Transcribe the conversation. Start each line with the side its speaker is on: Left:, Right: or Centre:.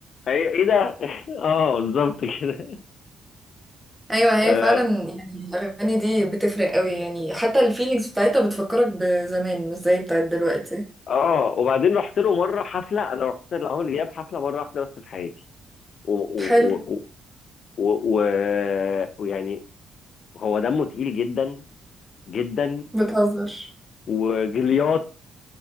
Left: ايه إيه ده <laughs> اه بالظبط كده
Centre: ايوه
Left: اه
Centre: هي فعلا يعني الاغاني دي بتفرق قوي يعني حتى الفيلينجز بتاعتها بتفكرك بزمان مش زي بتاعت دلوقتي
Left: آه، وبعدين رحت له مره حفله انا رحت لعمرو دياب حفله مره واحده بس في حياتي و- و-
Centre: حلو
Left: و- و- و- ويعني هو دمه تقيل جدا جدا
Centre: بتهزر
Left: وجليات